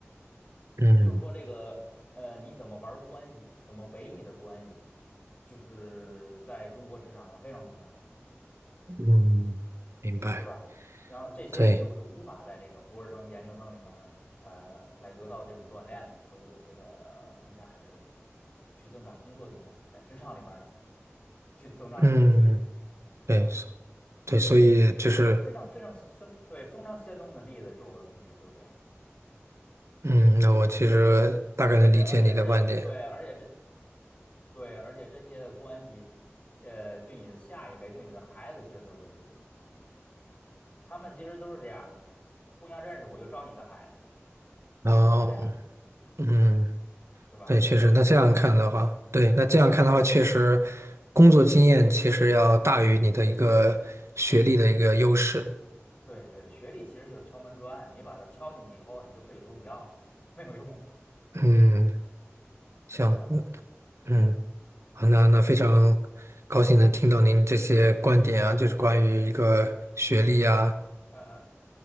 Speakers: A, on the right (about 70°); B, on the left (about 25°).
A: 嗯，
B: 就是说，这个呃，你怎么玩关系，怎么维你的关系，就是在中国职场上非常重要的。
A: 嗯，明白，
B: 对吧？然后这些你又是无法在这个博士生、
A: 对。
B: 研究生里面儿呃，来得到这种锻炼的，所以我觉得，呃应该还是去增长工作经验，在职场里面儿去增长你的技术，
A: 嗯，对，
B: 嗯，
A: 对，所以就是，
B: 就非常非常生，对，非常生动的例子就是我的同学就是这样，
A: 嗯，那我其实大概能理解你的观点。
B: 而且而且而且对，而且这对，而且这些关系，呃，对你的下一辈，对你的孩子其实都是有利的，他们其实都是这样子的，互相认识，我就招你的孩子，
A: 然后，
B: 就是这样的。
A: 嗯，
B: 对吧？
A: 对，确实，
B: 所以你就会发现，
A: 那这样看的话，对，那这样看的话，
B: 对
A: 确实，工作经验其实要大于你的一个学历的一个优势。
B: 对对，学历其实就是敲门砖，你把它敲进去以后，你就可以不用要了，没有用，
A: 嗯，行，
B: 对吧？
A: 嗯，嗯，
B: 啊
A: 好，那那非常高兴能听到您这些观点啊，就是关于一个学历啊，
B: 啊啊啊